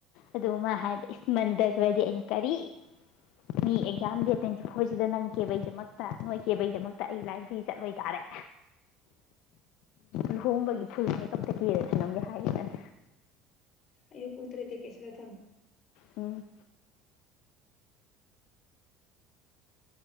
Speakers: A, on the left; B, on the left.
A: ꯑꯗꯨ ꯃꯥ ꯍꯥꯏꯗꯤ ꯏꯁꯃꯟꯗ ꯈꯔꯗꯤ ꯑꯩꯅ ꯀꯔꯤ ꯃꯤ ꯑꯦꯛꯖꯥꯝ ꯗꯦꯠ ꯇ꯭ꯋꯦꯟꯇꯤ ꯐꯣꯔꯁꯤꯗ ꯅꯪ ꯀꯦꯕꯩꯗꯃꯛꯇ ꯅꯣꯏ ꯀꯦꯕꯩꯗꯃꯛꯇ ꯑꯩ ꯂꯥꯏꯕ꯭ꯔꯦꯔꯤ ꯆꯠꯂꯣꯏ ꯇꯥꯔꯦ ꯂꯨꯍꯣꯡꯕꯒꯤ ꯐꯨꯜ ꯃꯦꯀꯞꯇ ꯀꯦꯗ ꯊꯜꯂꯝꯒꯦ ꯍꯥꯏꯒꯗꯅꯤ
B: ꯑꯌꯣ ꯄꯨꯠꯇ꯭ꯔꯦꯇꯦ ꯀꯦꯁꯔ ꯊꯃ
A: ꯎꯝ